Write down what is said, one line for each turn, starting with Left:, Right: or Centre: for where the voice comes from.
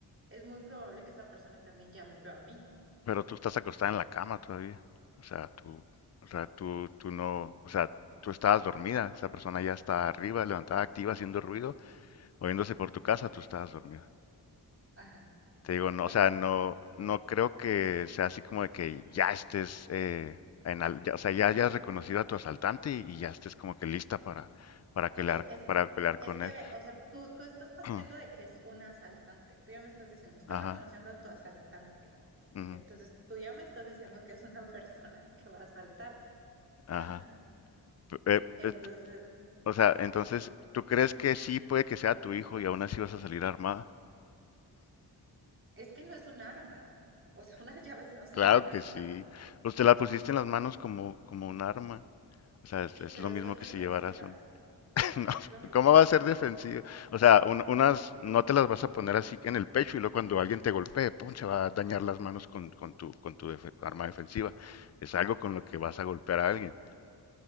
Right: es muy probable que esa persona también ya me vea a mí.
Left: Pero tú estás acostada en la cama todavía. O sea, tú, o sea, tú, tú no, o sea, tú estabas dormida. Esa persona ya está arriba, levantada, activa, haciendo ruido, moviéndose
Right: Ajá,
Left: por tu casa, tú estabas dormida.
Right: ajá.
Left: Te digo, no,
Right: pues
Left: o sea, no, no creo que sea así como de que ya estés, eh, en al- ya- o sea, ya hayas reconocido a tu asaltante y, y ya estés como que lista para, para
Right: Ok,
Left: pelear,
Right: es,
Left: para pelear
Right: es
Left: con
Right: que
Left: él.
Right: ve, o sea, tú, tú estás partiendo
Left: <clears throat>
Right: de que es un asaltante. Tú ya me estás diciendo, estás
Left: Ajá,
Right: reconociendo a tu asaltante.
Left: ujú,
Right: Entonces, tú ya me estás diciendo que es una <laughs> persona que va a asaltar.
Left: ajá.
Right: Ajá.
Left: P- eh,
Right: Entonces,
Left: eh, t- o sea, entonces, ¿tú crees que sí puede que sea tu hijo y aún así vas a salir armada?
Right: es que no es un arma. O sea, <laughs> unas llaves no son
Left: Claro
Right: un arma.
Left: que sí. Pues te la pusiste en las
Right: No.
Left: manos como, como un arma. O sea, es,
Right: Sí,
Left: es
Right: pero
Left: lo mismo
Right: son
Left: que
Right: defensivas.
Left: si llevaras un... <laughs>
Right: No,
Left: No,
Right: no es lo mismo.
Left: ¿cómo va
Right: <laughs>
Left: a ser
Right: Es lo-
Left: defensivo? O sea, un- unas no te las vas a poner así en el pecho y luego cuando alguien te golpee, ¡pum! se va a dañar las manos con, con tu, con tu defe- arma defensiva. Es algo con lo que vas a golpear a alguien.